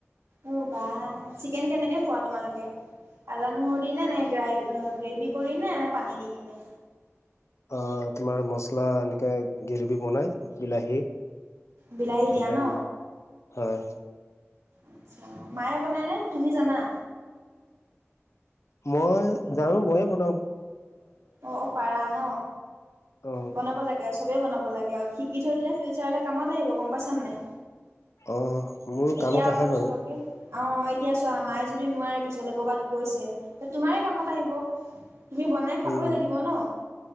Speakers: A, on the right (about 80°); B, on the left (about 70°).
A: অ বাহ! চিকেন কেনেকে খোৱা তোমালোকে? আদা নহৰু দি ন নে গ গ্ৰেভী কৰি ন নে পানী দি কিনে?
B: অ তোমাৰ মছলা এনেকে গ্ৰভী বনাই বিলাহী
A: বিলাহী দিয়া
B: একদম
A: ন।
B: হয়।
A: আচ্ছা মায়ে বনাইনে তুমি জানা?
B: মই জানো মইয়ে বনাম।
A: অ অ পাৰা ন
B: অ
A: বনাব লাগে আচলতে সবে বনাব লাগে আৰু শিকি থৈ দিলে ফিউচাৰলে কামত আহিব গম পাইছা নে নাই।
B: অ মোৰো
A: এতিয়া
B: কামত
A: অলপ
B: আহে বাৰু
A: চলপকে অ এতিয়া চোৱা মায়ে যদি নোৱাৰে পিছলে কৰবাত গৈছে তোমাৰে কামত আহিব। তুমি বনাই খাবই
B: উম
A: লাগিব ন।